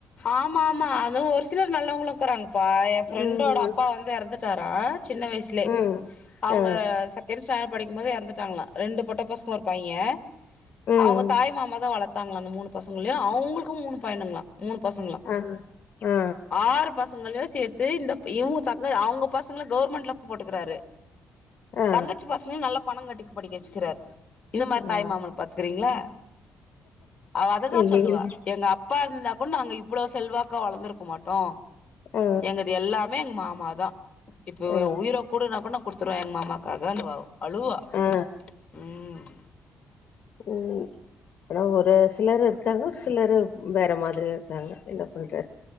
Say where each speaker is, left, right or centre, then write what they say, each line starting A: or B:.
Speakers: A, on the left; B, on the left.
A: ஆமா ஆமா அத ஒரு சிலர் நல்லவங்களு ருக்கிறாங்கப்பா எ ஃப்ரெண்டோட
B: ம்
A: அப்பா வந்து எறந்துட்டாரா சின்ன வயசுலே
B: ம்
A: அவங்க
B: ஆ
A: செகண்ட்ஸ் டாண்டர்ட் படிக்கும் போதே எறந்துட்டாங்களா ரெண்டு பொட்ட பசங்க ஒரு பையே
B: ம்
A: அவங்க தாய் மாமா தா வளத் தாங்களா அந்த மூணு பசங்களயு அவங்களுக்கு மூணு பையனுங்களா மூணு பசங்களா
B: ஆ ஆ
A: ஆறு பசங்கள சேத்து இந்த இவுங்க தங்க அவுங்க பசங்கல கவுர்மெண்ட்ல போட்டுக்குறாரு
B: ஆ
A: தங்கச்சி பசங்கலோ நல்லாப் பணம் கட்டிக்கு படிக்க வெச்சிக்கிறாரு இந்த மாரி
B: ஆ
A: தாய்மாமன பாத்துக்குறீங்களா அவ அததா
B: இல்லையே
A: சொல்லுவா எங்க அப்பா இந்தாக் இவ்ளோ செல்வாக்கா வளந்த்ருக்க மாட்டோ
B: ஆ
A: எங்கள்து எல்லாமே எங்க மா மாதா இப்ப
B: ஆ
A: உயிரகுடுனா கூட நா குடுத் குத்துறுவ எங்க மாமாக்காக அந்த வ அழுவா
B: ஆ
A: ம்
B: ம் ஆனா ஒரு சிலர் இருக்காங்க ஒரு சிலரு வேற மாதிரி இருக்காங்க என்ன பண்றது